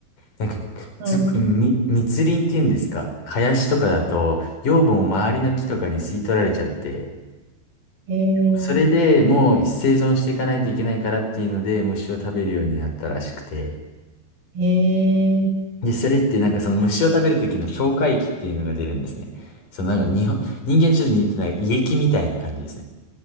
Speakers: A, on the left; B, on the right.
A: なんか、
B: は
A: すごいみ、密林っていうんですか。林とかだと、養分を周りの木とかに吸い取られちゃって、
B: い。え
A: それでもう生存していかないといけないからっていうので、虫を食べるようになったらしくて。
B: ー、えー、
A: で、それってなんかその虫を食べる時の消化液っていうのが出るんですね。そのなんか日本、人間にちょっと似てない胃液みたいな感じですね。